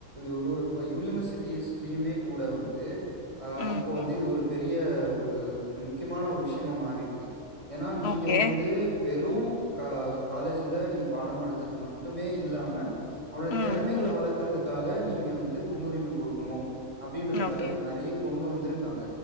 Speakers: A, on the right; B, on the left.
A: ஒரு ஒரு யூனிவர்சிட்டீஸ் லயுமே கூட வந்து அ
B: ம்
A: இப்போ வந்து
B: ம்
A: இது ஒரு பெரிய ஒரு முக்கியமான ஒரு விஷ்யமா மாறி இருக்கு ஏன்னா நீங்க
B: ஓகே
A: வந்து வெறு கா காலேஜ்ல நீங்க பாடம் நடத்துறது மட்டுமே இல்லாம அவனுடைய
B: ம்
A: திறமைகளை
B: ம்
A: வளர்க்கறதுக்காக நீங்க வந்து முன்னுரிமை கொடுக்கணும் அப்படின்றதுக்காக
B: ஓகே
A: இப்ப நெறைய கொண்டு வந்திருக்காங்க